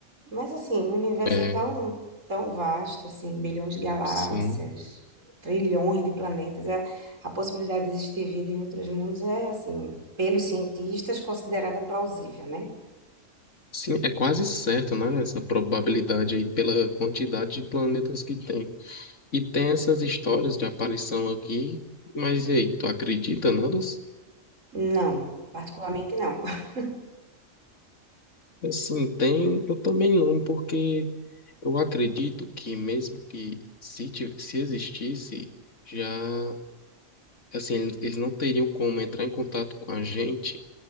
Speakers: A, on the right; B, on the left.
A: Mas assim, o universo
B: É.
A: é tão, tão vasto, assim, bilhões de galáxias,
B: Sim.
A: trilhões de planetas. A, a possibilidade de existir vida em outros mundos é, assim, pelos cientistas, considerada plausível, né?
B: Sim, é quase certo, né? Essa probabilidade aí pela quantidade de planetas que tem. E tem essas histórias de aparição aqui, mas e aí, tu acredita nelas?
A: Não, particularmente não. <laughs>
B: Assim, tem, eu também não, porque eu acredito que mesmo que se, ti- se existisse, já. assim, eles eles não teriam como entrar em contato com a gente